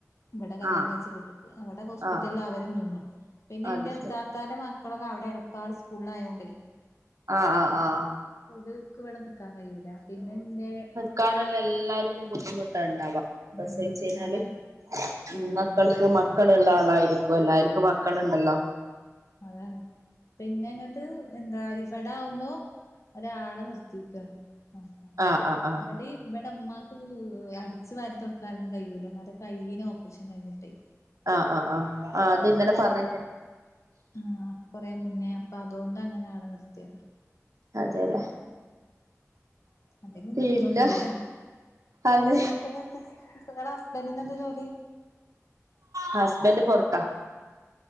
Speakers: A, on the left; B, on the right.
A: ഇവിടെ കല്യാണം
B: ആ
A: കഴിച്ച് വീട്ടിക്ക് അവിടെ ഹോസ്പിറ്റലിൽ
B: ആ
A: അവരും നിന്നു പിന്നെ
B: അത്
A: ഇന്റെ ഇത്താത്താന്റെ
B: ശരി
A: മക്കളൊക്കെ അവിടെന്ന് പാൽസ് സ്കൂളയോണ്ട്
B: ആ ആ ആ
A: ഓല് ക്ക് ഇവിടെ നിക്കാൻ കഴൂല പിന്നെ ഇന്റെ
B: ക്കാനല്ല എല്ലാര്ക്കും ബുദ്ധിമുട്ടുണ്ടാവ പ്രസയിച്ചയിഞ്ഞാല്
A: ഉം അതാണ്
B: ഉം
A: ആഹ്
B: മക്കൾക്ക് മക്കള്ള്ള ആളാരി ക്കു എല്ലാര്ക്കും മക്കള്ണ്ടല്ലോ
A: താണ് പിന്നെ ഇങ്ങട്ട് എന്താ ഇഫടവുമ്പോ ഒരാളെ നിർത്തിക്കാണ് നോക്കാ
B: ആ ആ ആ
A: ഇബാടിം ഇബ ടെ മ്മക്ക് അടിച്ചു വരി തൊടക്കാനൊന്നും കൈയൂല ഉമ്മാന്റെ കൈയിന് ഓപ്റിഷൻ കയിഞ്ഞിട്ടെ
B: ആഹ് ആഹ് ആഹ് ആഹ് അത് ഇന്നലെ പറഞ്ഞിറ്റ്
A: ആഹ് കൊറെ മുന്നേ അപ്പൊ അതോണ്ട അങ്ങനെ ആളെ നിർത്തിയ
B: അതെല്ലേ
A: അതെങ്ങും
B: പിന്നെ
A: നിർത്തൊന്നുല്ല വേറെ
B: അത്
A: എന്തക്കെയ ട്ട് നിങ്ങളെ ഹസ്ബന്റിന് എന്ത ജോലി
B: ഹസ്ബൻഡ് പൊറത്താ